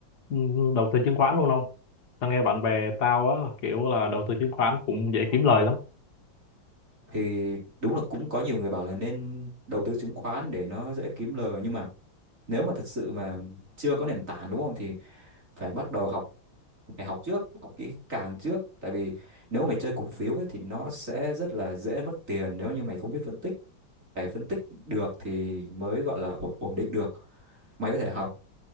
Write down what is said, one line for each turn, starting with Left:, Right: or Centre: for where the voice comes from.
Left: ừ, đầu tư chứng khoán luôn không tao nghe bạn bè tao á kiểu là đầu tư chứng khoán cũng dễ kiếm lời lắm
Right: Thì đúng là cũng có nhiều người bảo là nên đầu tư chứng khoán để nó dễ kiếm lời nhưng mà nếu mà thật sự mà chưa có nền tảng đúng không thì phải bắt đầu học phải học trước học kỹ càng trước tại vì nếu mày chơi cổ phiếu ấy thì nó sẽ rất là dễ mất tiền nếu như mày không biết phân tích phải phân tích được thì mới gọi là ổn ổn định được mày có thể học